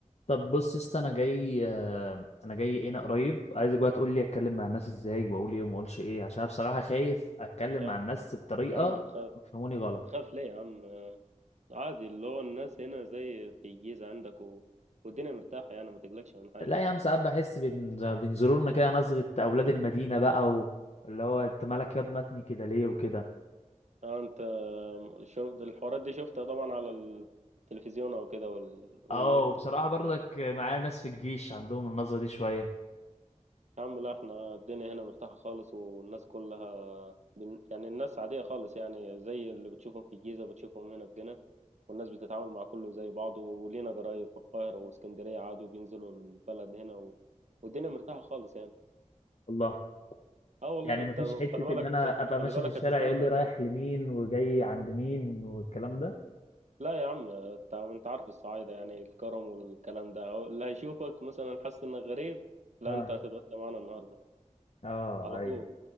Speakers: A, on the left; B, on the right.
A: طب بص يا اسطى انا جاي آه، انا جاي هنا قريب عايزك بقى تقول لي اتكلم مع الناس ازاي واقول ايه وما اقولش ايه عشان أنا بصراحه خايف اتكلم
B: يا
A: مع الناس بطريقه
B: يا عم تخاف
A: يفهموني غلط
B: تخاف ليه يا عم عادي اللي هو الناس هنا زي في الجيزة عندك و... والدنيا مرتاحة يعني ما تقلقش من حاجة
A: لا يا عم ساعات بحس بين- بينظرونا كده نظره اولاد المدينه بقى و... اللي هو انت مالك ياض متني كده ليه وكده
B: اه انت شفت الحوارات دي شفتها طبعا على التلفزيون او كده وال... والنت
A: اه وبصراحه
B: والكلام
A: برضك
B: ده
A: معايا ناس في الجيش عندهم النظره دي شويه
B: يا عم لا احنا الدنيا هنا مرتاحة خالص والناس كلها بن... يعني الناس عادية خالص يعني زي اللي بتشوفهم في الجيزة بتشوفهم هنا في جنة والناس بتتعامل مع كله زي بعضه ولينا قرايب في القاهرة واسكندرية عادي وبينزلوا البلد هنا و... والدنيا مرتاحة خالص يعني
A: والله
B: اه والله
A: يعني
B: انت
A: مفيش حته
B: خلي بالك
A: ان انا ابقى
B: خلي
A: ماشي
B: بالك
A: في الشارع
B: هتستمتع
A: يقول لي رايح
B: كمان
A: لمين وجاي عند مين والكلام ده
B: لا يا عم انت انت عارف الصعايده يعني الكرم والكلام ده أو اللي هيشوفك مثلا حس انك غريب لا
A: اه
B: انت هتتغدى معانا النهارده
A: اه
B: على
A: ايوه
B: طول